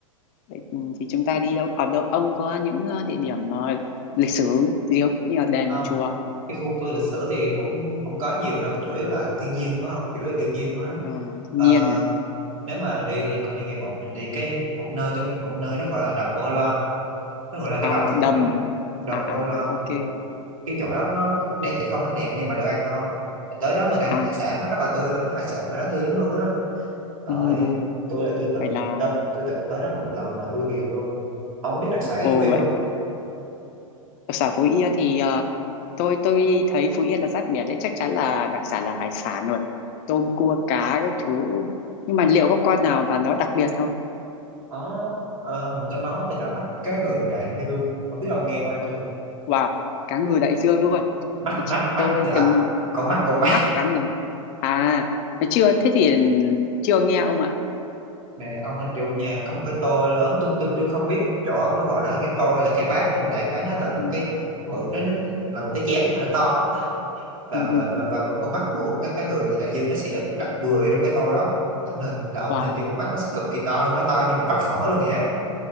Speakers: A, on the left; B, on the right.
A: Vậy thì chúng ta đi đâu ở đâu ông có những ờ, địa điểm ờ, lịch sử gì không như là đền
B: không
A: chùa
B: cái khu tôi lịch sử thì cũng không có nhiều đâu chủ yếu là thiên nhiên đúng không chủ yếu là thiên nhiên đó
A: ờ, thiên
B: Ờ,
A: nhiên này
B: nếu mà đi thì coi như ngày một mình đi cái một nơi tôi biết một nơi nó gọi là đầm Ô Loan nó gọi là cái
A: à,
B: đầm thôi
A: đầm
B: nó đầm
A: à à
B: Ô Loan
A: à ok
B: cái chỗ đó nó đẹp thì không hẳn đẹp nhưng mà đồ ăn ngon tới đó mình ăn
A: à
B: hải sản nó rất là tươi luôn á hải sản ở đó tươi lắm luôn á rồi
A: ừ, ừ.
B: tôi là tôi từng
A: vậy là
B: tôi, tôi từng tới đó một lần mà tôi ghiền luôn ông có biết đặc sản ở
A: ồ
B: Phú Yên
A: vậy
B: không
A: đặc sản Phú Yên thì ờ, tôi tôi thấy Phú Yên là giáp biển đấy chắc chắn là đặc sản là hải sản rồi tôm cua cá các thứ nhưng mà liệu có con nào mà nó đặc biệt không
B: có ờ, một cái món tên là mắt cá ngừ đại dương không biết ông nghe qua chưa
A: wow cá ngừ đại dương luôn
B: mắt mắt mắt
A: tôi
B: để à,
A: từng
B: con mắt con
A: mắc
B: mắt
A: cá ngừ à chưa thế thì chưa nghe ông ạ
B: nè ông hình dung nha có một cái tô lớn tôi tôi tôi không biết chỗ ông nó gọi nó là cái tô hay là cái bát nhưng mà đại khái nó là một
A: ừ,
B: cái bự nó, nó là một cái chén mà nó to đó và
A: ừ, ừ,
B: và
A: ừ.
B: và, và, và con mắt của ông, các cái người người đại dương nó sẽ được đặt vừa vô trong cái tô đó là, nơi- là ông
A: wow
B: hình dung con mắt nó sẽ cực kỳ to luôn nó to như một bát phở luôn vậy á